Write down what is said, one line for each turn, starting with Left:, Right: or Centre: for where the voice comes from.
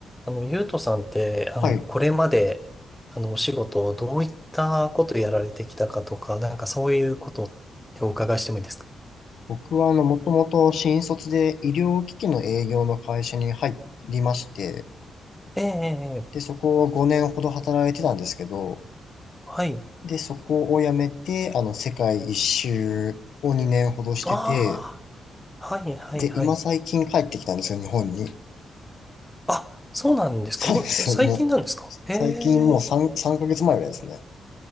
Centre: あの、ゆうとさんって、あの、
Left: はい。
Centre: これまで、あの、お仕事をどういったことやられてきたかとか、なんかそういうことってお伺いしてもいいですか
Left: 僕は、あの、もともと新卒で医療機器の営業の会社に入りまして、
Centre: ええ、ええええ
Left: で、そこを5年ほど働いてたんですけど、
Centre: はい。
Left: で、そこを辞めて、あの、世界一周を2年ほどしてて、
Centre: ああ、はい、はい、
Left: で、
Centre: はい。
Left: 今最近帰ってきたんですよ、日本に。
Centre: あ、そうなんですかもう、
Left: そうです。
Centre: 最近なんですかええ、
Left: もう、最近もう3、3ヶ月前ぐらいですね。